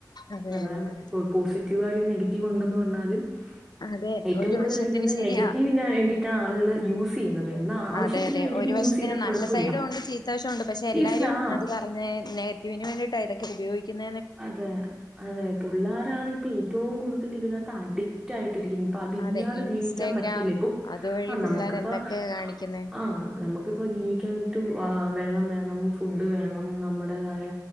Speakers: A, on the left; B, on the right.
A: അതെ
B: അതാണ്
A: അതെ അതെ
B: ഇപ്പോ പോസിറ്റീവ് ആര് നെഗറ്റീവ് ഉണ്ടന്ന് പറഞ്ഞാലും
A: അതെ
B: ഏറ്റവും
A: ഒരു
B: കൂടുതൽ
A: വശത്തിന്
B: എനിക്ക് തോന്നുന്നനെഗറ്റീവി
A: ശരിയാ
B: വേണ്ടിട്ടാണ് ആളുകള് യൂസ് ചെയ്യുന്നത്. എന്നാ ആവശ്യത്തിന്
A: അതെ അതെ
B: വേണ്ടിട്ട്
A: ഒരു വശത്തിന്
B: യൂസ് ചെയ്താ കൊഴപ്പില്ല.
A: നല്ല സൈഡും ഉണ്ട് ചീത്തവശം ഉണ്ട് പക്ഷെ
B: <unintelligible>
A: എല്ലാരും
B: ആ
A: അത് പറഞ്ഞ നെഗറ്റീവിന് വേണ്ടിയിട്ട ഇതൊക്കെ ഉപയോഗിക്കുന്നത്
B: അതെ അതെ പിള്ളോരാണ് ഇപ്പ ഏറ്റവും കൂടുതൽ ഇതിനകത്ത് അഡിക്റ്റ് ആയിട്ട് രിക്കുന്നത് ഇപ്പതില്ലാതെ
A: അതെ ഇൻസ്റ്റഗ്രാം
B: ജീവിക്കാൻ പറ്റില്ല ഇപ്പ
A: അതുവഴി
B: ആ
A: പിള്ളേർ
B: നമുക്കിപ്പ
A: എന്തൊക്കെയാ കാണിക്കുന്നേ
B: ആ നമുക്കി നമക്കിപ്പോ ജീവിക്കാൻ വേണ്ടിട്ട് വ വെള്ളം വേണം ഫുഡ് വേണം നമ്മുടേതായ